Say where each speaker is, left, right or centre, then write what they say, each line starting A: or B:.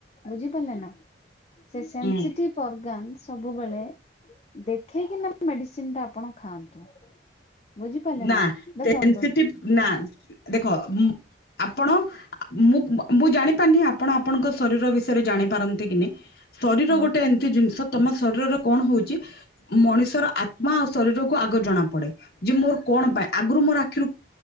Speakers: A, on the left; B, on the left.
A: ବୁଝିପାରିଲେ ନା, ସେ ସେନ୍ସିଟିଭ୍
B: ହୁଁ
A: ଅର୍ଗାନ ସବୁବେଳେ ଦେଖେଇକିନା ମେଡିସିନ୍ ଟା ଆପଣ ଖାଆନ୍ତୁ। ବୁଝିପାରିଲେ
B: ନା
A: ଦେଖନ୍ତୁ।
B: ସେନ୍ସିଟିଭ୍ ନା
A: ହୁଁ
B: ଦେଖ ଆପଣ ମୁଁ-ମୁଁ ଜାଣିପାରିନି ଆପଣ ଆପଣଙ୍କ ଶରୀର ବିଷ ୟରେ ଜାଣିପାରନ୍ତି କି ନି ଶରୀର
A: ହୁଁ
B: ଗୋଟେ ଏମ୍ତି ଜିନିଷ ତମ ଶରୀରର କଣ ହଉଚି ମଣିଷର ଆତ୍ମା ଆଉ ଶରୀରକୁୁ ଆଗ ଜଣା ପଡେ, ଯେ ମୋର କଣ ପାଇଁ ଆଗରୁ ମୋର ଆଖିରୁ